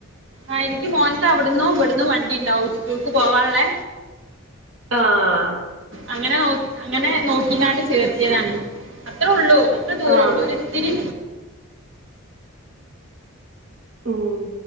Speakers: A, on the right; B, on the right.
A: ആ എനിക്ക് മോന്‌ക്ക് അവിടന്നും ഇവിടുന്നും വണ്ടി ഇണ്ടാവും സ്കൂൾക്ക് പോവാള്ളേ
B: ആഹ്
A: അങ്ങനെ ഓക് അങ്ങനെ നോക്കീ ങ്ങാണ്ട് ചേർത്തിയതാണ് അത്രേ ഉള്ളൂ അത്ര ദൂരേ
B: ആഹ്
A: ഉള്ളൂ. ഒര് ത്തിരി
B: ഉം